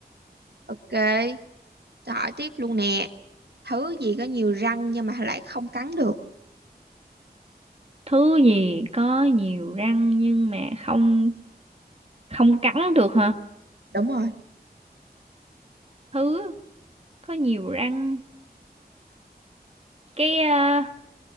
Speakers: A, on the right; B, on the right.
A: ok tôi hỏi tiếp luôn nè thứ gì có nhiều răng nhưng mà lại không cắn được
B: thứ gì có nhiều răng nhưng mà không không cắn được hả
A: đúng rồi
B: thứ có nhiều răng cái ờ,